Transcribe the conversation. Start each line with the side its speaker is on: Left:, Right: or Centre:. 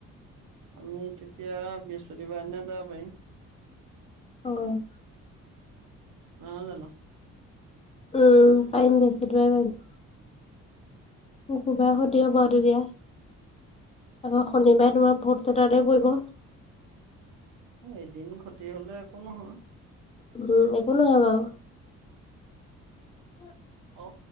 Right: আমি তেতিয়া বৃহস্পতিবাৰ দিনা যাব পাৰিম।
Left: অ',।
Right: নহয় জানো?
Left: উম, পাৰিম বৃহস্পতি বাৰে পাৰিম। শুকুৰবাৰে ক্ষতি হ'ব আৰু তেতিয়া আকৌ শনিবাৰে
Right: তাৰপিছত
Left: তোমাৰ ফৰ্ট ছেটাৰডে পৰিব।
Right: এদিন ক্ষতি হলে একো নহয়।
Left: উম, একো নহয় বাৰু
Right: অ,